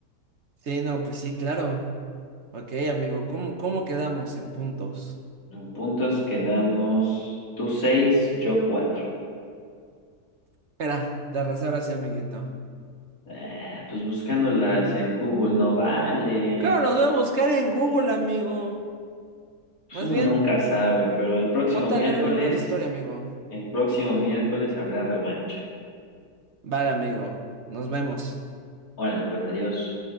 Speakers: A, on the right; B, on the left.
A: Sí, no, pues sí, claro. Ok, amigo, ¿cómo, cómo quedamos en puntos?
B: En puntos quedamos tú seis, yo cuatro.
A: Espera, te arrasé ahora sí, amiguito.
B: Ah, pues buscándolas en Google no vale.
A: Claro, lo voy a buscar en Google, amigo.
B: Pues
A: Más
B: uno
A: bien,
B: nunca sabe, pero el próximo
A: ponte
B: miércoles,
A: a leer un libro de historia, amigo.
B: el próximo miércoles habrá revancha.
A: Vale, amigo. Nos vemos.
B: Órale, pues adiós.